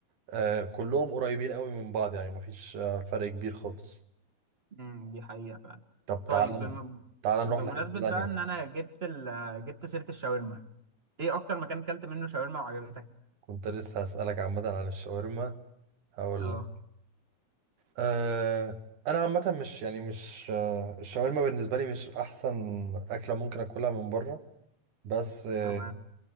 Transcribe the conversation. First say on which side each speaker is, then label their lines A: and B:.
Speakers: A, on the right; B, on the right.
A: آه، كلهم قريبين قوي من بعض يعني مفيش آه، فرق كبير خالص
B: امم دي حقيقة فعلا
A: طب
B: طيب
A: تعال
B: بم...
A: تعال
B: بمناسبة
A: نروح لحتة تانية
B: بقى ان انا جبت ال... آه، جبت سيرة الشاورما ايه اكتر مكان اكلت منه شاورما وعجبتك؟
A: كنت لسه هسألك عامة عن الشاورما هقول
B: اه
A: لك أه انا عامة مش يعني مش آه، الشاورما بالنسبة لي مش احسن اكلة ممكن اكلها من بره بس آه،
B: تمام